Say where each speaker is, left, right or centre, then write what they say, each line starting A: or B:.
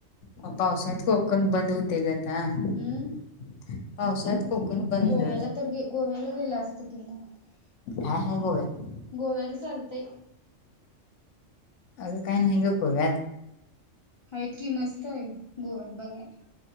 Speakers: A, on the left; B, on the left.
A: हो पावसात कोकण बंद होते आता
B: हम्म
A: <inaudible> पावसात कोकण बंद
B: गोव्याला तर गे गोव्याला <unintelligible>
A: हा हाय गोव्यात
B: गोव्याला चालतय
A: अग काही नाही ग गोव्यात
B: आहेत की मस्त आहे गोव्यात बघायला